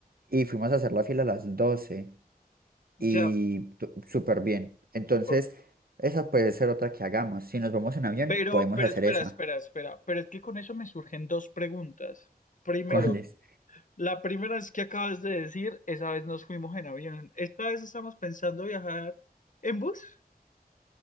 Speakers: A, on the right; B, on the left.
A: y fuimos a hacer la fila a las 12.
B: ya.
A: y tu- súper bien. Entonces,
B: O-
A: esa puede ser otra que hagamos. Si nos vamos en avión,
B: Pero,
A: podemos
B: pero
A: hacer
B: espera,
A: esa.
B: espera, espera. Pero es que con eso me surgen dos preguntas. Primero,
A: <laughs> cuáles
B: la primera es que acabas de decir, esa vez nos fuimos en avión. ¿Esta vez estamos pensando viajar en bus?